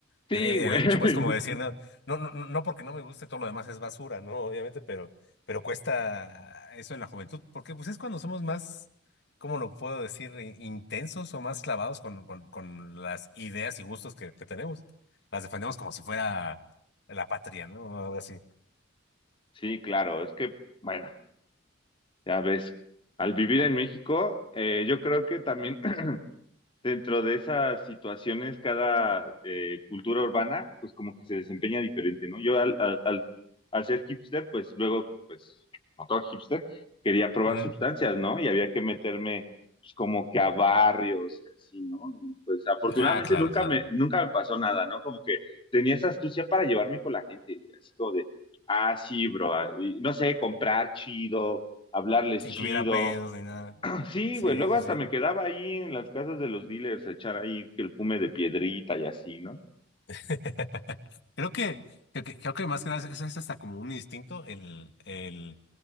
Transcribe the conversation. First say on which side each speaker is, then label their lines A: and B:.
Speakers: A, on the left (about 25°); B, on the left (about 60°).
A: Sí,
B: el, el- el
A: güey.
B: hecho, pues, como decir,
A: <laughs>
B: no, no, no, no no porque no me guste, todo lo demás es basura, ¿no? Obviamente, pero, pero cuesta eso en la juventud, porque pues es cuando somos más, ¿cómo lo puedo decir? In- Intensos o más clavados con, con, con las ideas y gustos que, que tenemos. Las defendemos como si fuera la patria, ¿no? Algo así.
A: Sí, claro, es que, bueno, ya ves, al vivir en México, eh, yo creo que también dentro de esas situaciones, cada eh, cultura urbana, pues como que se desempeña diferente, ¿no? Yo al, al, al, al ser hipster, pues luego, pues, como todo hipster, quería probar
B: Ujú.
A: sustancias, ¿no? Y había que meterme pues, como que a barrios y así, ¿no? Y pues afortunadamente
B: Ah, claro,
A: nunca
B: claro.
A: me, nunca me pasó nada, ¿no? Como que tenía esa astucia para llevarme con la gente, güey, así como de, ah, sí, bro, ah, y no sé, comprar chido, hablarles
B: Sin
A: chido,
B: que hubiera pedos ni nada.
A: Sí,
B: Sí,
A: güey, luego
B: sí,
A: hasta
B: sí.
A: me quedaba ahí en las casas de los dealers a echar ahí que el fume de piedrita y así, ¿no?
B: <laughs> Creo que, creo que, creo que más que nada es, es hasta como un instinto, el, el,